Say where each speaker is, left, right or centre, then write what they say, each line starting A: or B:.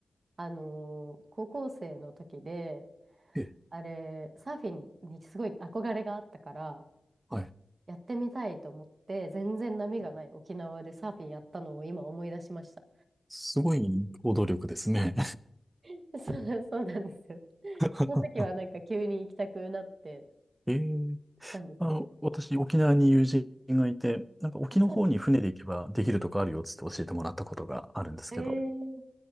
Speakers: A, on the right; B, on the right.
A: あのー高校生の時で、
B: ええ、
A: あれ、サーフィンにすごい憧れがあったから、
B: はい。
A: やってみたいと思って、全然波がない沖縄でサーフィンやったのを今思い出しました。
B: すごい行動力ですね。
A: <laughs> そう、そうなんですよ。
B: <laughs>
A: その時はなんか急に行きたくなって
B: えー、
A: 行ったんですけど。
B: あの、私、沖縄に友人がいて、なんか沖の方に船で行けばできるとこあるよっつって教えてもらったことがあるんですけど。
A: あ、そうなんだ。えー